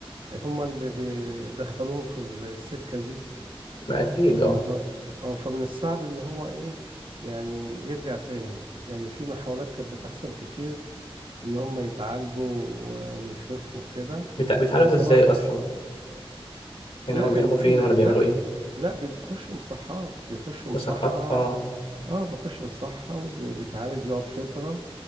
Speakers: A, on the right; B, on the left.
A: هما اللي بيدخلوهم في السكة دي
B: ما اكيد
A: في
B: اه
A: الموضوع اه فمن الصعب ان هو ايه يعني يرجع تاني يعني في محاولات كانت بتحصل كتير ان هم يتعالجوا و- ويخفوا كده
B: بتع... بيتعالجوا
A: بصراحة
B: ازاي اصلا يعني
A: لا
B: هما بيروحوا
A: يعني في
B: فين
A: ب... لا
B: ولا بيعملوا ايه
A: لا بيخشوا مصحات بيخشوا
B: مصحات
A: مصحة
B: اه
A: اه بيخشوا مصحة وبيتعالج بيقعد فترة